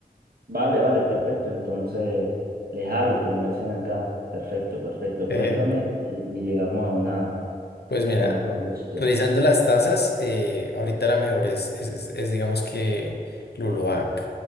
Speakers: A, on the right (about 65°); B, on the left (about 75°).
A: Vale, vale, perfecto. Entonces, le jalo, como dicen acá. Perfecto, perfecto.
B: <laughs>
A: Cuéntame y, y llegamos a una, a
B: Pues mira,
A: una conclusión.
B: revisando las tasas, eh, ahorita la mejor es, es, es- es, digamos que Lulubank,